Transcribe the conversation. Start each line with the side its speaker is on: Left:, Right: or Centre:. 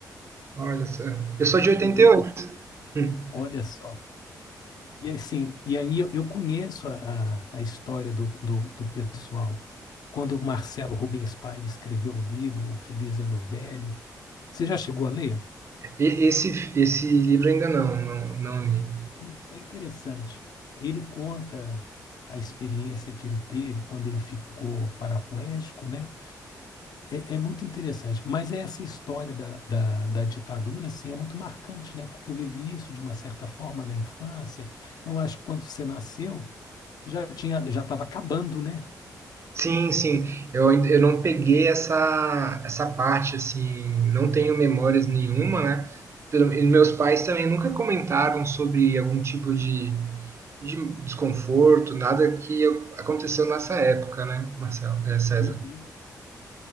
Right: Olha só, eu sou de 88.
Left: E Eu, eu-
Right: Hum.
Left: olha só. E assim, e aí eu, eu conheço a, a, a história do, do, do pessoal. Quando o Marcelo Rubens Paiva escreveu o livro O Feliz Ano Velho, você já chegou a ler?
Right: E- Esse, esse livro ainda não, não, não li.
Left: É, in- é interessante. Ele conta a experiência que ele teve quando ele ficou paraplégico, né? É, é muito interessante. Mas essa história da, da, da ditadura, assim, é muito marcante, né? Porque eu vivi isso de uma certa forma na infância. Então, eu acho que quando você nasceu já tinha, já estava acabando, né?
Right: Sim, sim. Eu, ainda- eu não peguei essa, essa parte, assim, não tenho memórias nenhuma, né? Pelo, e meus pais também nunca comentaram sobre algum tipo de, de desconforto, nada que eu- aconteceu nessa época, né, Marcelo, é, César?
Left: Uhum.